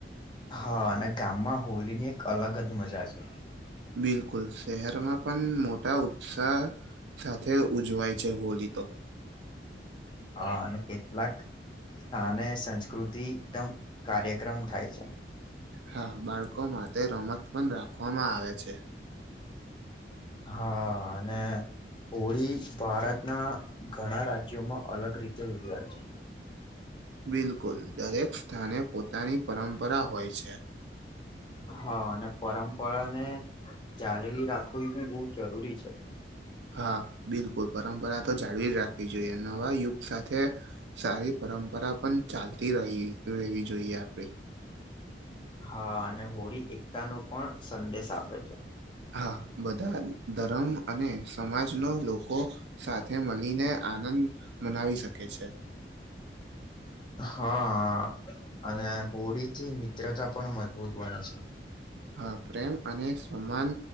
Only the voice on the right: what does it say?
બિલકુલ શહેરમાં પણ મોટા ઉત્સાહ સાથે ઉજવાય છે હોલી તો.
હા બાળકો માટે રમત પણ રાખવામાં આવે છે.
બિલકુલ દરેક સ્થાને પોતાની પરંપરા હોય છે.
હા બિલકુલ પરંપરા તો જાળવી જ રાખવી જોઈએ નવા યુગ સાથે સારી પરંપરા પણ ચાલતી રહી રહેવી જોઈએ આપડી.
હા બધા ધર્મ અને સમાજનો લોકો સાથે મળીને આનંદ મનાવી શકે છે.
હા પ્રેમ અને સમાન